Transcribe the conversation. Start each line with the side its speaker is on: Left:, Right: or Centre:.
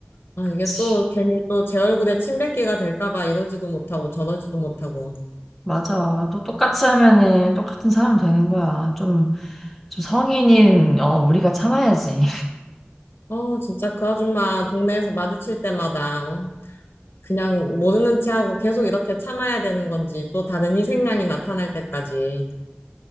Left: 아,
Centre: 그치.
Left: 이게 또 괜히 또 제 얼굴에 침 뱉기가 될까 봐 이러지도 못하고 저러지도 못하고.
Centre: 맞아. 또 똑같이 하면은 똑같은 사람 되는 거야. 좀, 좀 성인인 어, 우리가 참아야지.
Left: 어, 진짜 그 아줌마 동네에서 마주칠 때마다 어, 그냥 모르는 체하고 계속 이렇게 참아야 되는 건지 또 다른 희생양이 나타날 때까지.